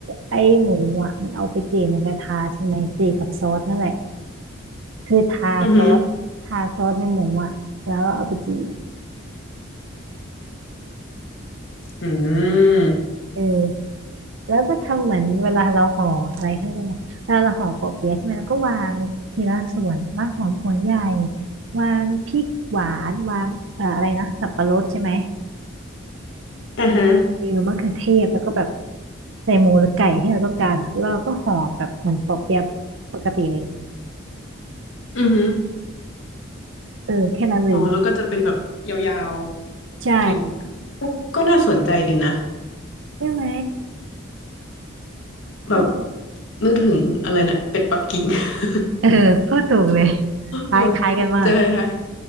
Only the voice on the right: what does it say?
ไอหมูอะมันเอาไปจี่ในกระทะใช่ไหมจี่กับซอสนั่นแหละ คือทาซอสทาซอสในหมูอ่ะแล้วก็เอาไปจีบ
เออแล้วก็ทำเหมือนเวลาเราห่ออะไรข้างในเวลาเราห่อปอเปี๊ยะใช่ไหมเราก็วางทีละส่วนวางหอมหัวใหญ่วางพริกหวานวางเอ่ออะไรนะสับปะรดใช่ไหม
เออมะเขือเทศแล้วก็แบบใส่หมูหรือไก่ที่เราต้องการอ่ะแล้วเราก็ห่อแบบเหมือนปอเปี๊ยะปกติเลย
เออแค่นั้นเลย
ใช่
ใช่ไหม
ต้น
เออพูดถูกเลยคล้ายคล้ายกันมาก